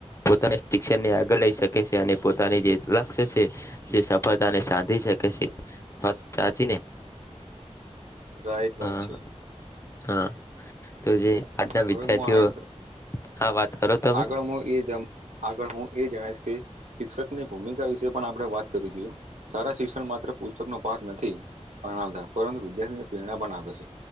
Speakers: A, on the left; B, on the right.
A: પોતાના શિક્ષણને આગળ લઈ શકે. અને પોતાની જે લક્ષ્ય છે તે સફળતાને સાંધી શકે છે સાચીને
B: રાઈટ વાત
A: હા
B: છે.
A: હા તો જે આજના
B: હવે
A: વિદ્યાર્થીઓ
B: હું આ
A: હા વાત કરો તમે.
B: આગળ હું એ જમ આગળ હું એ જણાયીસ કે શિક્ષકની ભૂમિકા વિશે પણ આપણે વાત કરવી જોઈએ. સારા શિક્ષણ માત્ર પુસ્તક નો પાઠ નથી. પણાવતા પરંતુ વિદ્યાર્થીને પ્રેરણા પણ આપે છે.